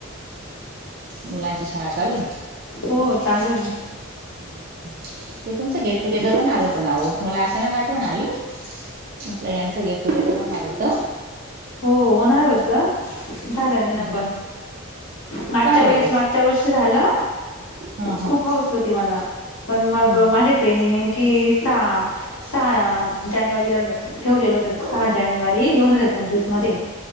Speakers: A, on the right; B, on the left.
A: मुलांची शाळा चालू हे?
B: हो हो चालू हे ना.
A: हम्. ते तुमचं गेट टुगेदर होणार होत नावो मला अचानक आठवण आली. म्हटलं यांचं गेट टुगेदर होणार होत.
B: हो, होणार होतं, झालं नाही
A: हम्म
B: ना पण.
A: हम्म
B: मागच्या
A: का बरं
B: वेळेस,
A: ओ
B: मागच्या वर्षी झालं.
A: हा हा
B: खूप हौस होती मला, पण मग
A: हा हा
B: माझे ट्रेनिंग नेमकी सहा सहा जानेवारीला ठेवलेलं होत सहा जानेवारी दोन हजार पंचवीसमध्ये